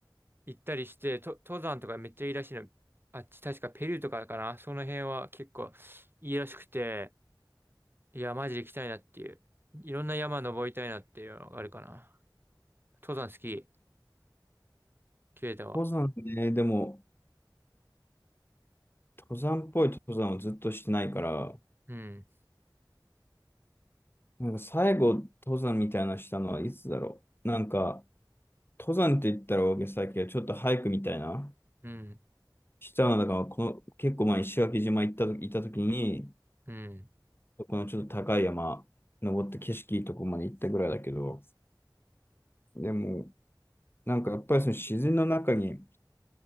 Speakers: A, on the right; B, on the left.
A: 行ったりして、と、登山とかめっちゃいいらしいの。あっち確かペルーとかかな。その辺は結構いいらしくて、いや、マジで行きたいなっていう。いろんな山登りたいなっていうのがあるかな。登山好き、ケイタは。
B: 登山ね、でも、登山っぽい登山をずっとしてないから、
A: うん、
B: なんか最後登山みたいなのしたのはいつだろう。なんか、登山って言ったら大げさだけど、ちょっとハイクみたいな、
A: うん、
B: したのだから、この、結構前石垣島行ったと、行った時に、
A: うん。
B: そこのちょっと高い山、登って景色いいとこまで行ったぐらいだけど、でも、なんかやっぱりその自然の中に